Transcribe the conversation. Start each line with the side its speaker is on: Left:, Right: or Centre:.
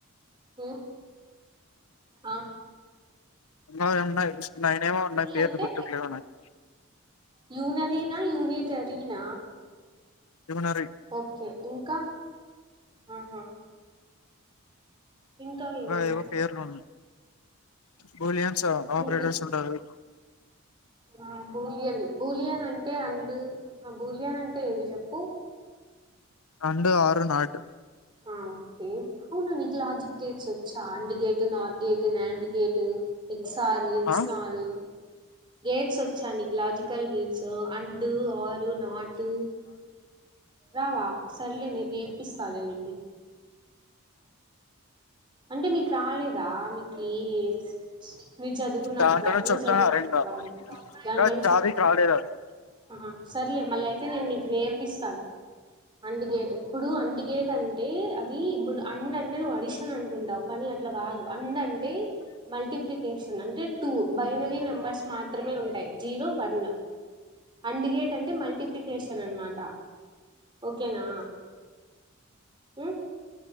Right: ఊ హ
Left: వున్నాయ్ ఉన్నాయ్ నైనేమో ఉన్నాయ్ పేర్లు
Right: అంటే
Left: గుర్తుకులేవు నాకి
Right: యూనరీనా యూనిటరినా
Left: యూనరీ
Right: ఓకే ఇంకా ఆహా ఇంకా ఏమున్నాయి
Left: అ ఏవో పేర్లు బోలియాన్స్ ఆ ఆపరేటర్సుంటారు
Right: ఈ- ఈ- ఆ బూలియన్ బూలియానంటే అండు అ బూలియాన్ అంటే ఏవి జెప్పు
Left: అండ్ ఆర్ నాట్
Right: ఆ ఓకే అవునూ నీకు లాజిక్ గేట్స్ వచ్చా and gate north gate non gate X ఆరు ఎక్స్
Left: ఆ
Right: నారు గేట్స్ వచ్చా నీకు లాజికల్ గేట్స్ అండ్ ఆర్ డు నాటు రావా సర్లే నేను నేర్పిస్తా లే నీకి అంటే మీకు రాలేదా మీ ఈ నేను చదువుకున్న
Left: దాంట్లోనే
Right: అప్పుడు నువ్వు
Left: చెప్తున్నారు
Right: చదువుకున్నావు
Left: ఇంకా
Right: డరాలేదా దాంట్లో
Left: ఇంకా
Right: ని
Left: <inaudible>
Right: ఆహా సర్లే మల్లా అయితే నేను నీకు నేర్పిస్తాను అండ్ గేటు ఇప్పుడు అండ్ గేట్ అంటే ఈ ఇప్పుడు అండ్ అంటే నువ్వు అడిషన్ అనుకుంటావు కానీ అట్లా కాదు అండ్ అంటే మల్టిప్లికేషన్ అంటే టూ బైనరీ నెంబర్స్ మాత్రమే ఉంటాయి జీరో వన్ అండ్ గేట్ అంటే మల్టిప్లికేషన్ అన్నమాట ఓకే నా ఉ